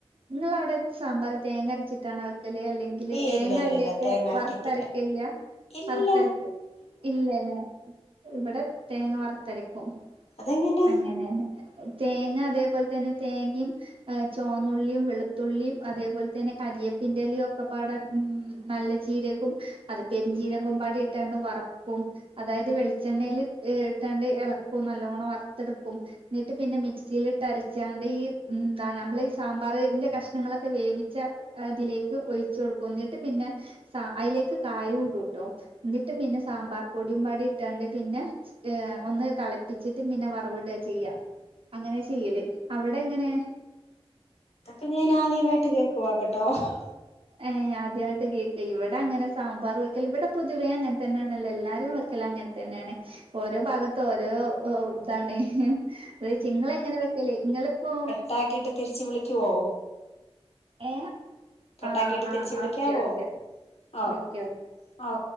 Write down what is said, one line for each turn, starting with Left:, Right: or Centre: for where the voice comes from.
Right: ങ്ങളവ്ടെ സാമ്പാർ തേങ്ങരച്ചിട്ടാണോ വെ ക്കല് അല്ലെങ്കില്
Left: ഏയ്
Right: തേങ്ങ
Left: ഇല്ല ഇല്ല
Right: അയിലേക്ക്
Left: ഇല്ല തേങ്ങ അരക്കത്തില്ല
Right: വറുത്തരക്കയില്ല?
Left: ഇല്ല
Right: വറ്ത്തരയ്ക്കും ഇല്ല ലേ ഇവടെ തേങ്ങ വറുത്തരക്കും
Left: അതെങ്ങനെ
Right: അങ്ങനെയാണ് തേങ്ങ അതേപോൽ തന്നെ തേങ്ങേം ഏഹ് ചോന്നുള്ളീം വെളുത്തുള്ളീം അതേപോൽ തന്നെ കര്യേപ്പിന്റെലേം ഒക്കെ പാടെ മ് നല്ല ജീരകും അത് പെരഞ്ചീരകും പാടി ഇട്ടാണ്ട് വറക്കും. അതായത് വെളിച്ചെണ്ണയില് ഇട്ടാണ്ട് എളക്കും നല്ലോണം വർത്തെടുക്കും ന്നിട്ട് പിന്നെ മിക്സില്ട്ട് അരച്ചാണ്ട് ഈ എന്താണ് അമ്മ്ള് ഈ സാമ്പാറ് ന്റെ കഷ്ണങ്ങളെക്കെ വേവിച്ച അതിലേക്ക് ഒഴിച്ചു കൊടുക്കു ന്നിട്ട് പിന്നെ അയിലേക്ക് കായോം ഇടൂട്ടോ ന്നിട്ട് പിന്നെ സാമ്പാർ പൊടിയും പാടി ഇട്ടാണ്ട് പിന്നെ ഏഹ് ഒന്ന് തളപ്പിച്ചിട്ട് പിന്നെ വറവിടാ ചെയ്യാ. അങ്ങനെ ചെയ്യല് അവടെങ്ങനെ?
Left: ഇതൊക്കെ ഞാൻ ആദ്യവായിട്ട് കേക്കുവാ കേട്ടോ ഹ്
Right: ഏഹ് ആദ്യയിട്ട് കേക്കയ്യ് ഇവിടെ അങ്ങനെ സാമ്പാർ വെക്കല് ഇവടെ പൊതുവെ അങ്ങനെ തന്നെണല്ലോ എല്ലാരും വെ ക്കല് അങ്ങനെ തന്നെണ് ഓരോ ഭാഗത്ത് ഓരോ ഓ താണ്. വേവ് ച് ഇങ്ങളെ ങ്ങനെ വെക്കല് ഇങ്ങളിപ്പോ
Left: ട്ടാക്കിട്ട് തിരിച്ച് വിളിക്കുവോ.?
Right: ഏഹ്
Left: കട്ടാക്കിട്ട്
Right: ആഹ് ആഹ്
Left: തിരിച്ച് വിളിക്കാവോ
Right: ഓക്കെ ഓക്കെ
Left: ഓക
Right: ഓക്കെ ഓ
Left: ഓ